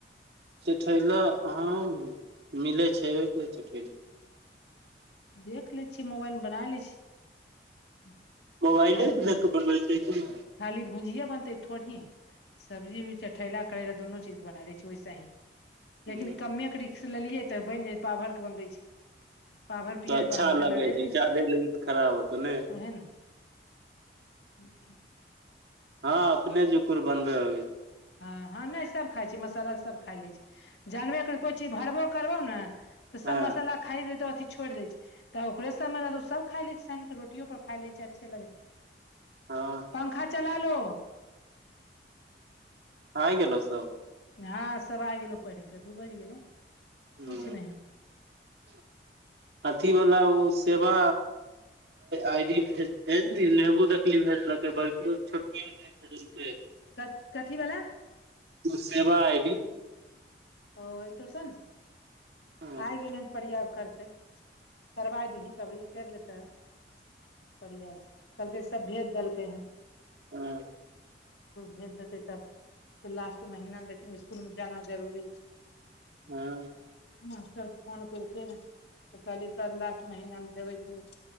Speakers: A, on the right (about 65°); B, on the left (about 70°).
A: चठैला अहाँ मिलै छेबे करै चठैल।
B: देख लै छियै मोबाइल मे बना लै छी।
A: मोबइले
B: खाली
A: स
B: भूज
A: देख क बनबे छीए की।
B: खाली भुजिए बनतै थोड़ी। सब्जी भी चठैला करैला दुनू चीज बना दैत छी वैसे ही।
A: हूं
B: लेकिन कममेक रस लेलियै तऽ बनि जाइै पावर के बनबै छै। पावभर पि
A: तऽ अच्छा
B: पभर करे
A: लगै
B: ल देने
A: जादे
B: छै
A: लगी तऽ खराब होतौ ने
B: ओहे न। <inaudible>
A: हँ अपने जकुर बनबे होई।
B: हँ हँ नहि सभ खाइ छी मसाला सब खा लै छी जानबे कर कोइ चीज भरबो करबौ नै। तऽ सब
A: हँ
B: मसाला खाइ दे त अथि छोड़ि दै छै। तऽ ओकरे सबमे रह सब खाय ले छै साइनक रोटियो पर खााय ले छै अच्छे लगे।
A: हँ।
B: पंखा चला लो।
A: आ गेलौ सब।
B: हँ सब आ गेलो पहिढ़ क दू बज गेले
A: हूं
B: कुछ नही।
A: <inaudible> अथी वला ओ सेवा आई डी भेज भेज द नेहबू। भेजलकै बड़कियो छोटकियो नई भेजलकै।
B: क कथीवला।
A: सेवा आइडी।
B: ओत त सून
A: हँ
B: आइ गेलन ने परयाब करतै। करबा दही कबरी करि लेते बढ़िया से कहलकै सब भेज देलकै हन।
A: हँ।
B: भेज देतै तबऽ लास्ट महीना देख स्कुल मे जाना जरूरी छे।
A: हँ।
B: मास्टर फोन केलकिन तऽ कहलियै सर लास्ट महीना देबै दूध।